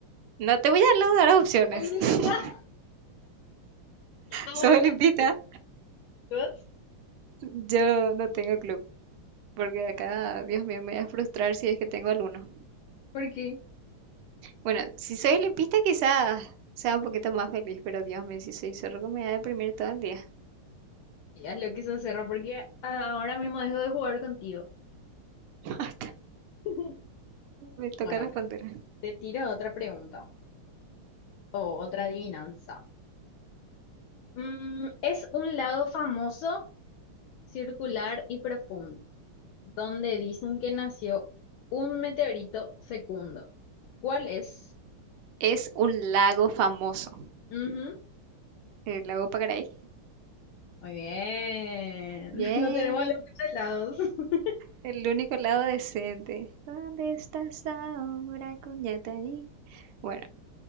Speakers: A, on the right; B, on the left.
A: No te voy a dar opciones.
B: Olivia,
A: <laughs>
B: <laughs> abandoné,
A: Sos olimpista,
B: chicos.
A: yo no tengo club. Porque acá, Dios mío, me voy a frustrar si es que tengo alguno.
B: ¿Por qué?
A: Bueno, si soy olimpista, quizás sea un poquito más feliz, pero Dios mío, si soy zorro, me voy a deprimir todo el día.
B: Ya lo quiso cerrar porque ahora mismo dejo de jugar contigo.
A: <laughs> Basta,
B: <laughs>
A: me toca
B: Bueno,
A: responder.
B: te tiro otra pregunta o otra adivinanza. Mm, es un lago famoso circular y profundo, donde dicen que nació un meteorito fecundo. ¿Cuál es?
A: Es un lago famoso,
B: Ujú,
A: el lago Pacaraí.
B: Muy bien.
A: Bien,
B: <laughs> No tenemos los muchos lados. <laughs>
A: el único lago decente. ¿Dónde estás ahora, ahí? Bueno,